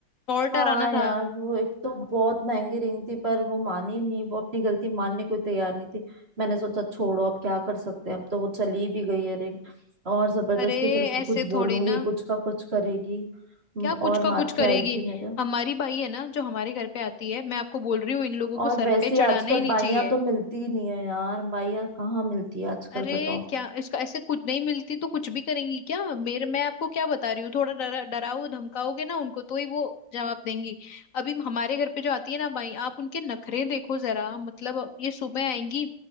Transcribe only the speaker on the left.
और
डराना
था
अरे
ऐसे
थोड़ी
ना
क्या कुछ
का कुछ
करेगी
हमारी भाई है ना जो हमारे घर पे आती है मैं आपको बोल रही हूँ इन लोगों को
सर
पे चढ़ाना
ही नहीं
चाहिए
अरे
क्या इसका ऐसे कुछ नहीं मिलती तो कुछ भी करेंगी क्या मेरे मैं आपको क्या बता रही हूँ थोड़ा डरा डराओ धमकाओगे ना उनको तो ही वो जवाब देंगी अभी हमारे घर पे जो आती है ना भाई आप उनके नखरे देखो जरा मतलब ये सुबह आएंगी